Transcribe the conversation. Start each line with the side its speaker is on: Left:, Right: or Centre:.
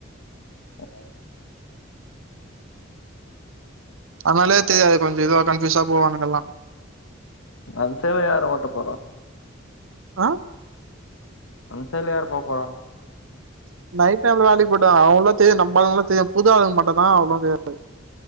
Left: ம்
Right: அதனாலே தெரியாது கொஞ்ச இதுவா கன்ஃபயூஸா போவானுங்க அல்லா
Left: அந்த சைலா யாரு ஓட்ட போறா
Right: ஆ
Left: அன் சைல்ல யாரு போப்போறாங்க
Right: நைட் டைம் ல வேலைக் போய்ட்டாங்க அவுங்ளா தெயு நம் ஆளுங்லா தெயு புது ஆளுங்க மட்டந்தா அவ்ளோ தெயாது